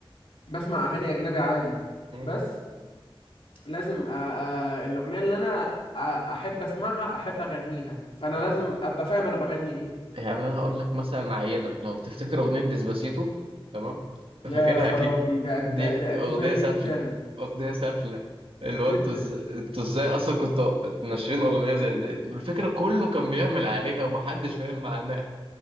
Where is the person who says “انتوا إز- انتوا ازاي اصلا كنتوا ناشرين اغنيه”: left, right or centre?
Right